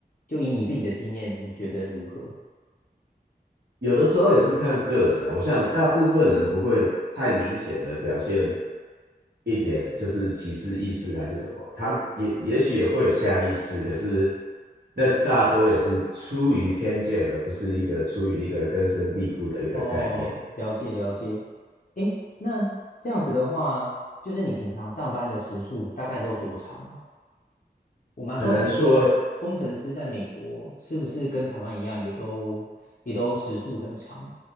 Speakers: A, on the left; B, on the right.
A: 就以你自己的经验，你觉得如何？
B: 有的时候也是看个人啊，我想大部分人不会太明显的表现一点就是歧视意识还是什么，他也也许也会有下意识，可是那大多也是出于偏见，而不是一个出于一个根深蒂固的一个概念，
A: 哦，了解了解。诶，那这样子的话，就是你平常上班的时数大概都多长啊？我蛮好奇说，
B: 很难说。
A: 工程师在美国是不是跟台湾一样，也都也都时数很长，